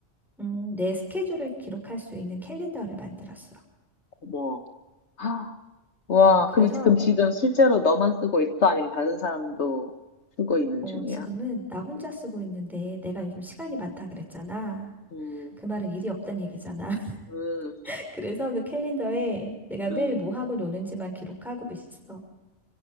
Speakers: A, in the centre; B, on the left (about 65°).
A: 음, 내 스케줄을 기록할 수 있는 캘린더를 만들었어.
B: 뭐 아, 와,
A: 어, 그래서
B: 그럼, 그럼 네. 지금 실제로 너만 쓰고 있어? 아니면 다른 사람도 쓰고 있는
A: 어,
B: 중이야?
A: 지금은 나 혼자 쓰고 있는데 내가 요즘 시간이 많다 그랬잖아.
B: 음,
A: 그 말은 일이 없단 얘기잖아.
B: 음,
A: <laughs> 그래서 그 캘린더에 내가 매일
B: 음.
A: 뭐 하고 노는지만 기록하고 있어.